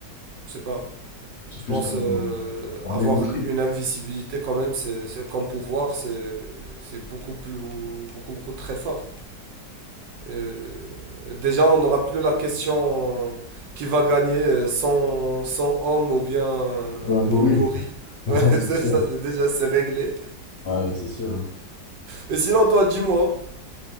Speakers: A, on the right; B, on the left.
A: je sais pas.
B: C'est
A: Je
B: plus
A: pense
B: pour
A: euh,
B: un, pour
A: avoir
B: un ego trip,
A: une invisibilité quand même, c'est, c'est- comme pouvoir, c'est, c'est beaucoup plus, beaucoup, beaucoup très fort. Euh, déjà, on n'aura plus la question qui va gagner euh, 100 100 hommes ou bien euh,
B: pour un gorille.
A: une gorille.
B: <laughs> Ouais,
A: Ouais, <laughs> c'est
B: C'est sûr.
A: ça, c'est- déjà, c'est réglé.
B: Ouais, ouais, c'est sûr. hein.
A: Mais sinon, toi, dis-moi,